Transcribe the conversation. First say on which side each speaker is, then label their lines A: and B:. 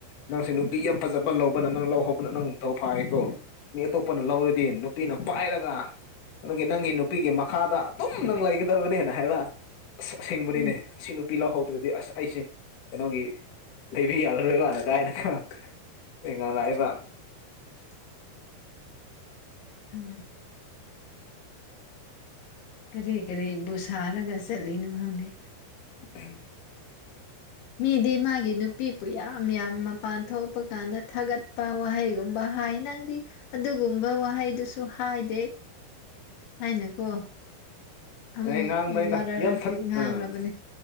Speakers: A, on the left; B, on the left.
A: ꯅꯪꯁꯦ ꯅꯨꯄꯤ ꯌꯥꯝ ꯐꯖꯕ ꯂꯧꯕꯅ ꯅꯪ ꯂꯧꯍꯧꯕꯅ ꯅꯪ ꯅꯤꯡꯊꯧ ꯐꯥꯏꯀꯣ ꯃꯤ ꯑꯇꯣꯞꯄꯅ ꯂꯧꯔꯗꯤ ꯅꯨꯄꯤꯅ ꯄꯥꯏꯔꯒ ꯑꯗꯒꯤ ꯅꯪꯒꯤ ꯅꯨꯄꯤꯒꯤ ꯃꯈꯥꯗ ꯑꯗꯨꯝ ꯅꯪ ꯂꯩꯒꯗꯕꯅꯦꯅ ꯍꯥꯏꯕ ꯁꯦꯡꯕꯅꯤꯅꯦ
B: ꯎꯝ
A: ꯁꯤ ꯁꯤꯅꯨꯄꯤ ꯂꯧꯍꯧꯗ꯭ꯔꯗꯤ ꯑꯁ ꯑꯩꯁꯦ ꯀꯩꯅꯣꯒꯤ ꯂꯩꯕ ꯌꯥꯔꯔꯣꯏꯕꯅ ꯀꯥꯏꯅꯒ ꯍꯥꯏꯔꯛꯏꯕ
B: ꯌꯦ ꯍꯪ ꯀꯔꯤ ꯀꯔꯤꯕꯨ ꯁꯥꯔꯒ ꯆꯠꯂꯤꯅꯣ ꯈꯪꯗꯦ
A: ꯎ
B: ꯃꯤꯗꯤ ꯃꯥꯒꯤ ꯅꯨꯄꯤꯕꯨ ꯌꯥꯝ ꯌꯥꯝ ꯃꯄꯥꯟ ꯊꯣꯛꯄ ꯀꯥꯟꯗ ꯊꯥꯒꯠ ꯄꯥ ꯋꯥꯍꯩꯒꯨꯝꯕ ꯍꯥꯏ ꯅꯪꯗꯤ ꯑꯗꯨꯒꯨꯝꯕ ꯋꯥꯍꯩꯗꯨꯁꯨ ꯍꯥꯏꯗꯦ ꯍꯥꯏꯅꯀꯣ ꯎꯝ
A: ꯑꯦ ꯉꯥꯡꯕꯅꯤꯗ
B: ꯃꯔꯛ
A: ꯌꯥꯝ
B: ꯃꯔꯛꯇꯤ
A: ꯊꯛ
B: ꯉꯥꯡꯂꯕꯅꯦ
A: ꯎꯝ